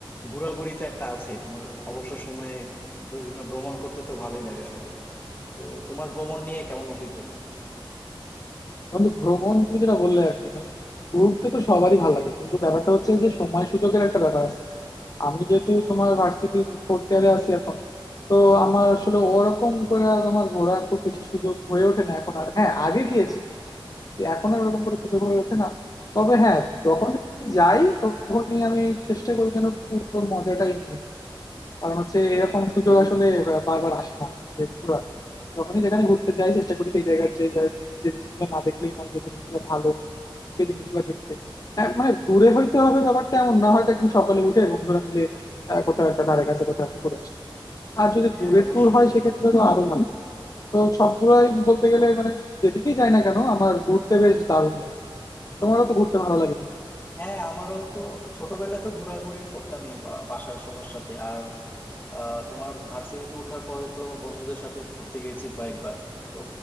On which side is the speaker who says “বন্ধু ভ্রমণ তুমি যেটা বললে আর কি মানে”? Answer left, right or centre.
Left